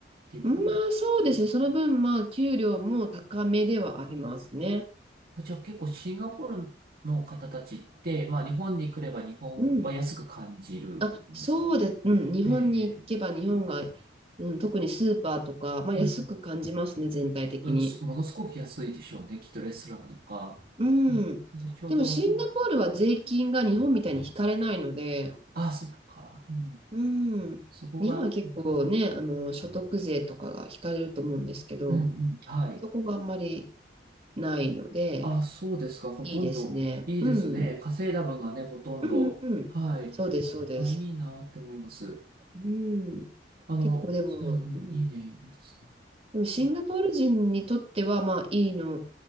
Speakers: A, on the right; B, on the right.
A: ていう感じ。
B: まあ、そうですね。その分、まあ、給料も高めではありますね。
A: あじゃあ結構シンガポールの方たちって、まあ日本に来れば日本は安く感じるんですかね。
B: うん。あ、そうで、うん。日本に行けば、
A: ええ、ええ。
B: 日本が、うん、特にスーパーとか、まあ、
A: うん
B: 安く感じますね、全体的に。
A: うんすものすごく安いでしょうね。きっとレストランとか。
B: う
A: ね、
B: ん。
A: で、ちょうど、
B: でも、シンガポールは税金が日本みたいに引かれないので、
A: あ、そあそっか。うん。
B: うん。
A: そこが、
B: 日本は結構ね、
A: うん
B: あの、所得税とかが引かれると思うんですけど、
A: うんはい。
B: そこがあんまりないので、
A: あ、そうですか。ほとんど、
B: いいですね。
A: いいですね。
B: うん。
A: 稼いだ分がね、ほとんど。
B: うんうんうん。
A: はい。
B: そうです、そうです。
A: あ、いいなって思います。
B: うん。
A: あの、
B: 結構でも、
A: うんうん、
B: うん、
A: いいね、いいですね。
B: でもシンガポール人にとってはまあいいの
A: そ